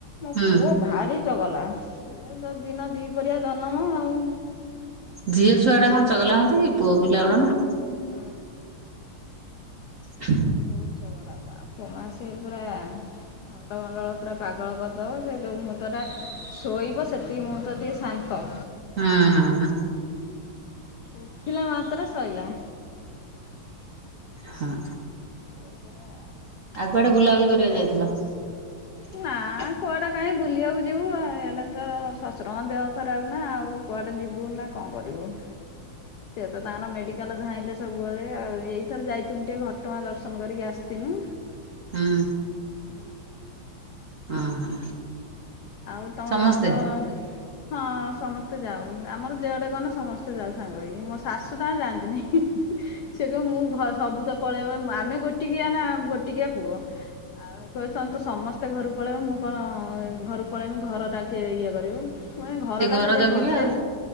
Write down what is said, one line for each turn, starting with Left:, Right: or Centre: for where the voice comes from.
Left: ମୋ
Right: ହୁଁ
Left: ପୁଅ ଭାରି ଚଗଲା। ସେ ତ ଦିନ ଦି ପହରିିଆ ଜନମ ଆଉଁ।
Right: ଝିଅ ଛୁଆଡା କଣ ଚଗଲା ହନ୍ତି କି? ପୁଅ ପିଲା ଗୁଡା ନା
Left: ହୁଁ।
Right: ହ
Left: ବହୁତ ଚଗଲା, ବାପ ମା ସେ ପୁରା ଖଣ୍ଡମଣ୍ଡଳ ପୁରା ପାଗଳ କରିଦବ ସେ ଯୋଉ ମୁହୂର୍ତ୍ତ ଟା ଶୋଇବ ସେତିକି ମୁହୂର୍ତ୍ତ ଟିକେ ଶା ନ୍ତ।
Right: ହୁଁ।
Left: ଉଠିଲା ମାତ୍ର ସଇଲା।
Right: ହଁ।
Left: <unintelligible>
Right: ଆଉ କୁଆଡେ ବୁଲାବୁଲି କରିବାକୁ ଯାଇଥିଲ?
Left: ନା କୁଆଡେ କାଇଁ ବୁଲିବାକୁ ଯିବୁ ଆ ଇଆଡା ତ ଶଶୁରଙ୍କ ଦେହ ଖରାପ ନା ଆଉ କୁଆଡେ ଯିବୁ ନା କଣ କରିବୁ। ସେ ତ ତାଙ୍କର ମେଡି କାଲ ଧାଇଁଲେ ସବୁବେଳେ ଆଉ। ଏଇଥର ଯାଇଥିନୁ ଟିକେ ଘଟଗାଁ ଦର୍ଶନ କରିକି ଆସିଥିନୁ।
Right: ହଁ।
Left: ହୁଁ।
Right: ଅଁ ହଁ।
Left: ଆଉ ତମର
Right: ସମସ୍ତେ।
Left: ରଜ ହଁ ସମସ୍ତେ ଯାଉ ଆମର ଯେଆଡ଼େ ଗଲେ ସମସ୍ତେ ଯାଉ ସାଙ୍ଗ ହୋଇକି ମୋ ଶାଶୁ ତାଙ୍କର ଯାଆନ୍ତିନି। ସେ କହିବେ ମୁଁ ଘ ସବୁ ତ ପଳେଇବ ମୁଁ ଆମେ ଗୋଟିକିଆ ନା ଗୋଟିକିଆ ପୁଅ। ଆଉ କହିବେ ତ ସମସ୍ତେ ଘରୁ ପଳେଇବ ମୁଁ କଣ ଘରୁ ପଳେଇମି ଘର ଟା କିଏ ଇଏ କରିବ। ମୁଁ କହିବି ଘରଟା
Right: ସେ ଘର
Left: ଖାଲି
Right: ଜଗିବେ
Left: ଏଇ ଘଣ୍ଟେ
Right: ଆଉ